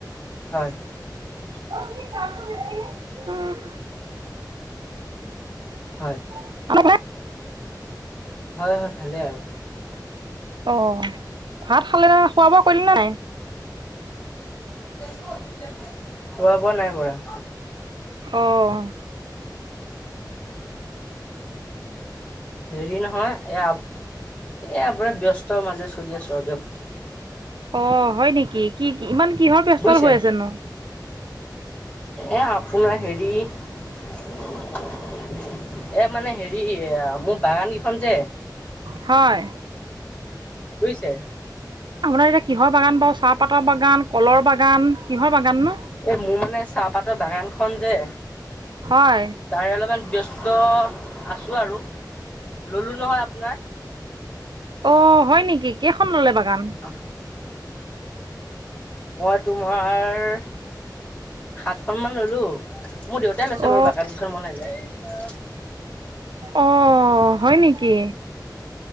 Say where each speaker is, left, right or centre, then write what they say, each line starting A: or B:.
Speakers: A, on the left (about 20°); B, on the right (about 85°).
A: হয়
B: <unintelligible>
A: হয়
B: <unintelligible>
A: হয় হয় ভালেই আৰু
B: অ ভাত খালে ন খোৱা বোৱা কৰিলে নে নাই
A: খোৱা বোৱা নাই কৰা
B: অঁ
A: হেৰি নহয় এয়া এয়া বোৰে ব্যস্ত মাজে চলি আছো আৰু দিয়ক
B: অ হয় নেকি কি কি ইমান কিহৰ ব্যস্ত
A: বুজিছে
B: হৈ আছে নো
A: এ আপোনাৰ হেৰি এ মানে হেৰি মোৰ বাগান কেইখন যে
B: হয়
A: বুজিছে
B: আপোনাৰ এতিয়া কিহৰ বাগান বাৰু চাহপাতৰ বাগান, কলৰ বাগান, কিহৰ বাগান ন
A: এ মোৰ মানে চাহপাতৰ বাগানখন যে
B: হয়
A: তাৰে অলপমান ব্যস্ত আছোঁ আৰু। ল'লোঁ নহয় আপোনাৰ।
B: অ' হয় নেকি? কেইখন ল'লে বাগান?
A: <inaudible> মই তোমাৰ সাতখন মান ল'লোঁ, মোৰ দেউতাই লৈছে
B: অ
A: বাৰু বাগানকেইখন মই নাই লোৱা।
B: অ' হয় নেকি?